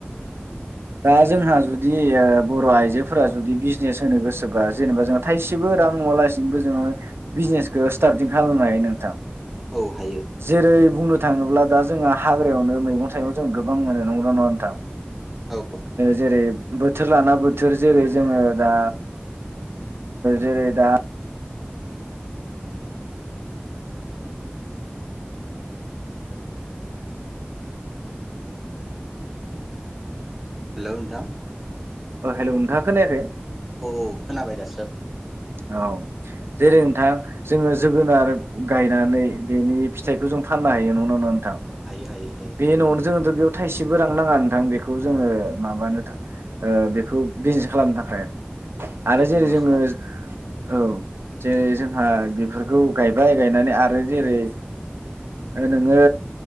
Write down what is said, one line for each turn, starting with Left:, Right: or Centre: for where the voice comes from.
Right: दा जोंहा जुदि ओ बर' आइजोफोरा जुदि बिजनेस होनो गोसोबा जेनेबा जोंहा थाइसेबो रां नुवालासिनोबो जोङो बिजनेसखौ स्टार्टिं खालामनो हायो नोंथां
Centre: औ हायो
Right: जेरै बुंनो थाङोब्ला दा जोंहा हाग्रायावनो मैगं थाइं जों गोबां मोनो नंगौना नङा नोंथां
Centre: औ
Right: जेरै बो थोर लाना बोथोर जेरै जोङो दा जेरै दा
Centre: हेल' नोंथां।
Right: हेल' नोंथाङा खोनायाखै।
Centre: औ औ खोनाबाय दासो।
Right: औ जेरै नोंथां जोङो जोगोनार गायनानै बेनि फिथाइखौ जों फाननो हायो नङा नोंगौना नंङा नोंथां
Centre: औ हायो हायो हायो
Right: बे न'आवनो थाइसेबो रां नाङा। नोंथां बेखौ
Centre: नङा
Right: जोङो
Centre: नङा नङा
Right: थ'
Centre: औ
Right: ओ बेखौ बिजनेस खालामनो थाखाय।
Centre: औ औ
Right: आरो
Centre: जोथोनल'सो
Right: जेरै जोङो
Centre: लानांगौ
Right: औ। जे जोंहा बेफोरखौ गायबाय गायनानै आरो जेरै नोङो